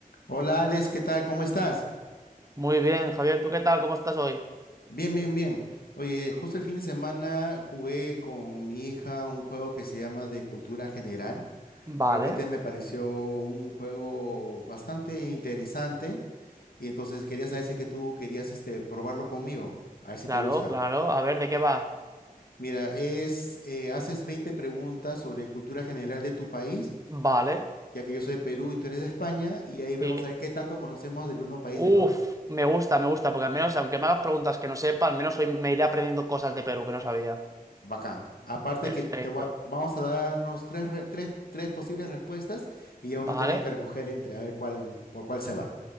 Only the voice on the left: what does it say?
Hola Alex, ¿qué tal? ¿Cómo estás?
Bien, bien, bien. Oye, justo el fin de semana jugué con mi hija un juego que se llama de cultura general.
Realmente me pareció un juego bastante interesante y entonces quería saber si es que tú querías este, probarlo conmigo, a ver si
te gusta.
Mira, es, eh, haces 20 preguntas sobre cultura general de tu país,
ya que yo soy de Perú y tú eres de España, y ahí vemos
a ver qué tanto conocemos del uno país del
otro.
Bacán. Aparte
que te va- vamos a darnos tres, re- tres, tres posibles respuestas y ya uno
tiene que recoger entre a ver cuál, por cuál se va.